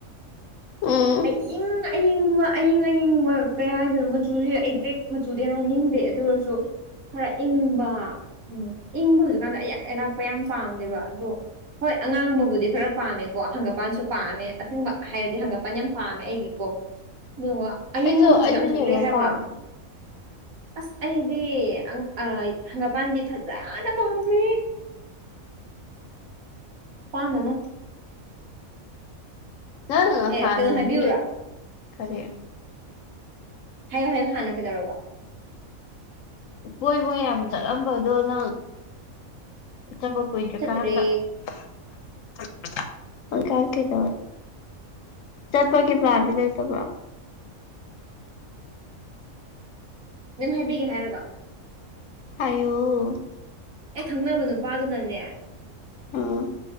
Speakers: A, on the left; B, on the right.
A: ꯎꯝ
B: ꯑꯏꯤꯡ ꯑꯏꯤꯡ ꯏꯤꯡꯕ ꯑꯏꯤꯡ ꯑꯏꯤꯡꯕ ꯀꯩ ꯍꯥꯏꯗꯣꯏꯅꯣ ꯃꯆꯨꯁꯦ ꯑꯦꯛꯖꯦꯛ ꯃꯆꯨꯗꯤ ꯍꯥꯏꯅꯤꯡꯗꯦ ꯑꯗꯨ ꯑꯣꯏꯔꯁꯨ ꯈꯔ ꯏꯪꯕ ꯎꯝ ꯏꯪꯕ ꯍꯧꯖꯤꯛꯀꯥꯟꯗ ꯑꯌꯥꯛ ꯑꯔꯛꯄ ꯌꯥꯝ ꯄꯥꯝꯗꯦꯕ ꯑꯗꯣ ꯍꯣꯏ ꯑꯉꯥꯡꯕꯕꯨꯗꯤ ꯈꯔ ꯄꯥꯝꯃꯦꯀꯣ ꯍꯪꯒꯄꯥꯟꯁꯨ ꯄꯥꯝꯃꯦ ꯑꯁꯦꯡꯕ ꯍꯥꯏꯔꯗꯤ ꯍꯪꯒꯄꯥꯟ ꯌꯥꯝ ꯄꯥꯝꯃꯦ ꯑꯩꯒꯤꯀꯣ ꯑꯗꯨꯉꫭ ꯑꯏꯤꯡꯕ
A: ꯑꯩꯁꯨ
B: ꯃꯆꯨ
A: ꯑꯩꯁꯨ
B: ꯌꯥꯝ ꯊꯣꯛꯂꯛꯑꯦ
A: ꯌꯦꯜꯂꯣ
B: ꯍꯥꯏꯕ
A: ꯄꯥꯝꯃꯦ
B: ꯑꯁ ꯑꯩꯗꯤ ꯑꯪ ꯑ ꯍꯪꯒꯥꯜꯄꯥꯟꯗꯤ ꯐꯖꯅꯥ ꯄꯥꯝꯈ꯭ꯔꯦ꯫ ꯄꯥꯝꯕ ꯑꯃ
A: ꯅꯪ
B: ꯑꯦ
A: ꯍꯥꯟꯅꯗꯤ
B: ꯀꯩꯅꯣ ꯍꯥꯏꯕꯤꯌꯨꯔꯥ
A: ꯀꯔꯤ
B: ꯍꯥꯏꯌꯨ ꯍꯥꯏꯌꯨ ꯍꯥꯟꯅ ꯀꯩꯗꯧꯔꯕ
A: ꯀꫭꯏꯕ ꯌꯥꯝ ꯆꯠꯂꯝꯕꯗꯣ ꯅꯪ ꯆꯝꯕ ꯀꯨꯏꯗ꯭ꯔꯀꯥꯟꯗꯀꯥꯟ
B: ꯆꯠꯇ꯭ꯔꯦ
A: <unintelligible> ꯀꯩꯗꯧꯔꯦ ꯆꯠꯄꯒꯤ ꯄꯥꯂꯟꯗꯤ ꯂꯩꯇꯕ꯭ꯔꯣ
B: ꯅꯪ ꯍꯥꯏꯕꯤꯒꯦ ꯍꯥꯏꯔꯕꯥ
A: ꯍꯥꯏꯌꯣ
B: ꯑꯩ ꯈꯪꯅꯕ ꯅꯨꯄꯥꯗꯨꯅꯅꯦ
A: ꯎꯝ